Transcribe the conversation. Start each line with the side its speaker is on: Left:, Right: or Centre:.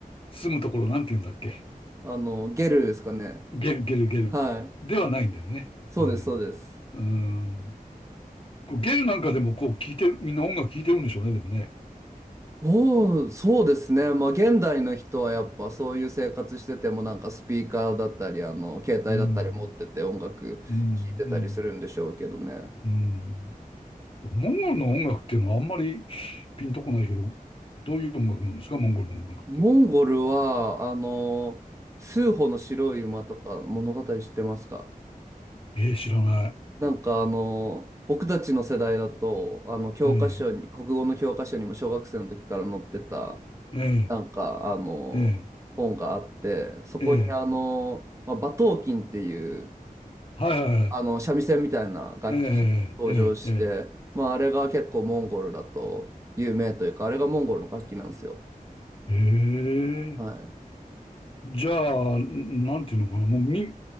Left: 住むところなんて言うんだっけ。
Right: あの、ゲルですかね。
Left: ゲル、ゲル、ゲル。
Right: はい。
Left: ではないんだよね。
Right: そうです、
Left: うん。
Right: そうです。
Left: うん。こうゲルなんかでもこう聴いてる、みんな音楽聴いてるんでしょうね、でもね。
Right: おー、そうですね。まあ、現代の人はやっぱそういう生活しててもなんかスピーカーだったり、あの、携帯だったり持ってて音楽聴いてたりするんでしょうけどね。
Left: うん。うん。うん。うんモンゴルの音楽っていうのはあんまりピンとこないけど、どういう音楽なんですか、モンゴルの音楽って。
Right: モンゴルは、あの、スーホの白い馬とか物語知ってますか
Left: ええ、知らない。
Right: なんかあの、僕たちの世代だと、あの、教科書に、
Left: ええ、
Right: 国語の教科書にも小学生の時から載ってた、
Left: え
Right: なんかあの、
Left: え、え
Right: 本があって、そこにあの、
Left: え、ええ、
Right: まあ、馬頭琴っていう、
Left: はいはいはい。
Right: あの、三味線みたいな楽器登場して、
Left: ええ、ええ、ええ、
Right: まあ、あれが結構モンゴルだと有名というか、あれがモンゴルの楽器なんですよ。
Left: ええ、ええ
Right: はい。
Left: じゃあ、なんていうのかな、もう民、